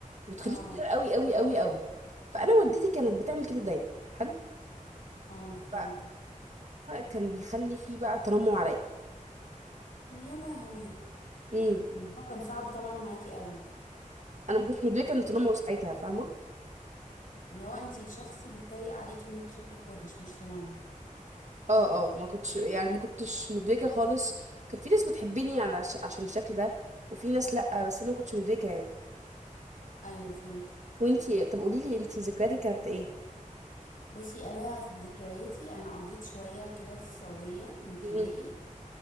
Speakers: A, on the right; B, on the left.
A: وتخليه
B: اه
A: صغير قوي قوي قوي قوي فانا والدتي كانت بتعمل كده دايما حلو
B: اه انا فهمتك
A: فده كان بيخلي فيه بقى تنمر عليا
B: يا لهوي
A: امم
B: الموضوع كان صعب طبعا معاكي قوي
A: انا ما كنتش مدركه ان التنمر ساعتها فاهمه
B: اللي هو انت شخص بيتريق عليكي انك شكلك وحش مش تنمر
A: اه اه ما كنتش يعني ما كنتش مدركه خالص كان في ناس بتحبني على ش... عشان الشكل ده وفي ناس لا بس انا ما كنتش مدركه يعني
B: ايوه فهمت
A: وانتي طب قولي لي انتي ذكرياتك كانت ايه
B: بصي انا ذكرياتي انا قضيت شويه كده في السعوديه من ابتدائي
A: امم